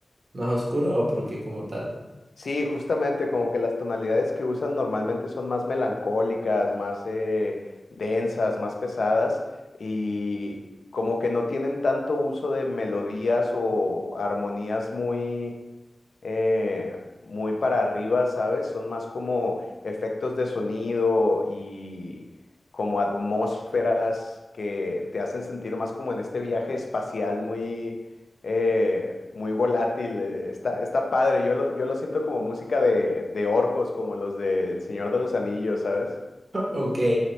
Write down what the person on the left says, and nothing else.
Sí, justamente como que las tonalidades que usan normalmente son más melancólicas, más eh, densas, más pesadas y como que no tienen tanto uso de melodías o armonías muy, eh, muy para arriba, ¿sabes? Son más como efectos de sonido y como atmósferas que te hacen sentir más como en este viaje espacial muy, eh, muy volátil. eh, Está, está padre. Yo lo, yo lo siento como música de, de orcos, como los del Señor de los Anillos, ¿sabes?